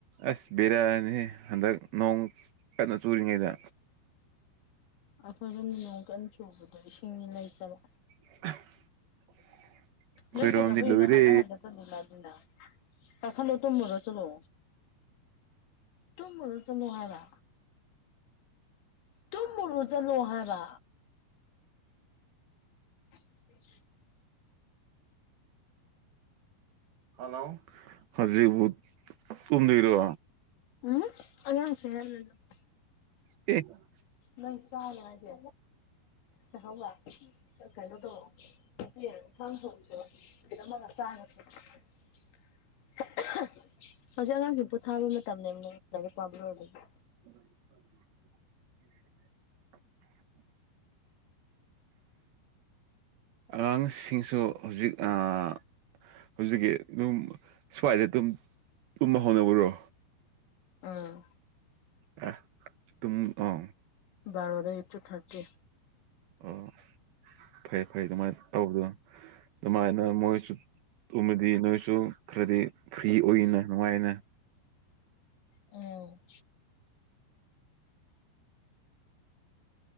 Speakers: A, on the right; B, on the left.
A: ꯑꯁ ꯕꯦꫪꯥꯅꯤꯍꯦ ꯍꯟꯗꯛ ꯅꯣꯡ ꯀꯟꯅ ꯆꯨꯔꯤꯉꯩꯗ
B: ꯑꯈꯣꯏꯔꯣꯝꯗ ꯅꯣꯡ ꯀꯟꯅ ꯆꯨꯕꯗꯣ ꯏꯁꯤꯡꯅꯤ ꯂꯩꯇꯕ
A: <unintelligible> ꯑꯩꯈꯣꯏꯔꯣꯝꯗꯤ
B: ꯅꯣꯢ ꯀꯩꯗꯧ ꯂꯩꯅꯣ
A: ꯂꯣꯏꯔꯦ
B: ꯍꯥꯟꯒꯠ ꯍꯥꯟꯗ ꯆꯂꯤꯅ ꯗꯨꯅ ꯀꯈꯠꯂꯣ ꯇꯨꯃꯣꯔꯣ ꯆꯂꯣ ꯇꯃꯨꯔꯣ ꯆꯠꯂꯣ ꯍꯥꯏꯕ ꯇꯨꯝꯃꯨꯔꯣ ꯆꯠꯂꯣ ꯍꯥꯏꯕ <inaudible>
A: ꯍꯜꯂꯣ ꯍꯧꯖꯤꯛꯕꯨ ꯇꯨꯝꯗꯣꯏꯔꯣ
B: ꯎꯝ ꯑꯉꯥꯡ <unintelligible>
A: ꯀ
B: ꯅꯪ ꯆꯥꯅꯦ ꯍꯥꯏꯗꯤ ꯂꯩꯍꯧꯕ ꯀꯩꯅꯣꯗꯣ <unintelligible> ꯍꯧꯖꯤꯛ ꯑꯉꯥꯡꯁꯤ ꯚꯨꯠ ꯊꯥꯟ ꯃꯇꯝꯅꯦꯝꯅꯦ ꯂꯥꯏꯔꯤꯛ ꯄꯥꯕ ꯂꯣꯏꯔꯕ
A: <inaudible> <inaudible> ꯑꯉꯥꯡꯁꯤꯡꯁꯨ ꯍꯧꯖꯤꯛ ꯑꯥ ꯍꯧꯖꯤꯛꯀꯤ ꯑꯗꯨꯝ ꯁ꯭ꯋꯥꯏꯗ ꯑꯗꯨꯝ ꯇꯨꯝꯕ ꯍꯧꯅꯕꯔꯣ
B: ꯑꯥ
A: ꯑꯥ ꯇꯨꯝ ꯑꯥ
B: ꯕꯥꯔꯣ ꯗꯒꯤ ꯇꯨ ꯊꯥꯔꯇꯤ
A: ꯑꯣ ꯐꯩ ꯐꯩ ꯑꯗꯨꯃꯥꯏꯅ ꯇꯧꯕꯗꯣ ꯑꯗꯨꯃꯥꯏꯅ ꯃꯣꯏꯁꯨ ꯇꯨꯃꯗꯤ ꯅꯣꯏꯁꯨ ꯈꯔꯗꯤ ꯐ꯭ꯔꯤ ꯑꯣꯏꯅ ꯅꯨꯡꯉꯥꯏꯅ
B: ꯎꯝ